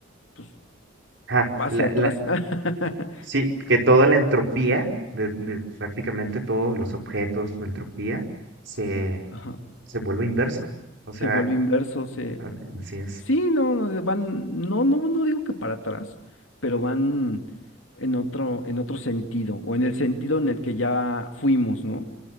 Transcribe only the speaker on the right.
Ja,
la,
la,
sí, que toda la entropía de, de prácticamente todos los objetos, su entropía, se,
se vuelve inverso. O sea,
a- así es.